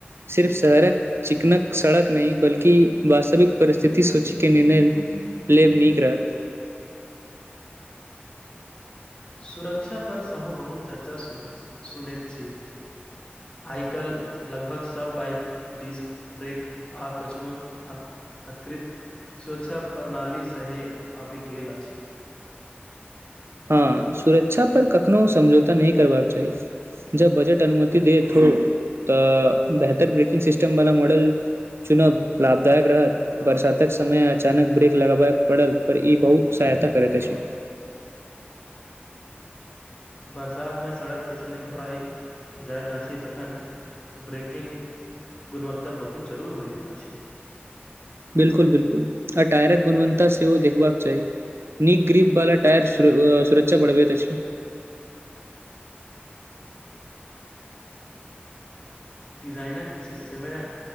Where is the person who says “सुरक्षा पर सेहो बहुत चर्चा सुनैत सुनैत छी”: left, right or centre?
Left